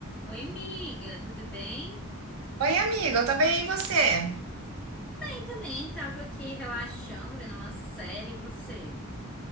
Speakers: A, in the centre; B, on the right (about 75°).
A: Oi, amiga, tudo bem?
B: Oi, amiga, eu tô bem, e você?
A: Eu também tava aqui relaxando, vendo uma série, e você?